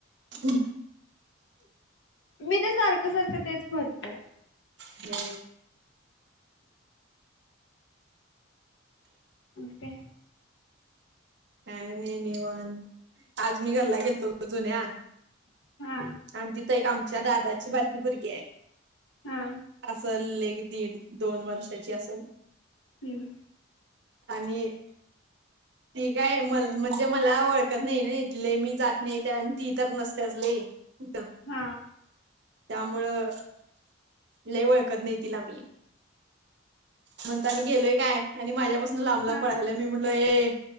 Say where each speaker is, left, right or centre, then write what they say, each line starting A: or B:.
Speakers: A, on the right; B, on the left.
A: हो
B: मी ते सारखं सारखं तेच भरतय.
A: हम्म!
B: आणि काय
A: निव आज मी घरला गेलतो. अजुून्या
B: हा
A: आणि तिथं एक आमच्या दादाची बारकी भरगी आहे.
B: हा
A: असल एक दीड दोन वर्षाची असेल
B: हम्म
A: आणि ती काय म म्हणजे मला ओळखत नाही ना इथले मी जात नाही आणि ती तर नसते असले. तथ
B: हा
A: त्यामुळं लय वळखत नाही तिला मी म्हणता मी गेलोय काय आणि माझ्यापासून लांब लांब
B: हा
A: पळायला. मी म्हटलो ए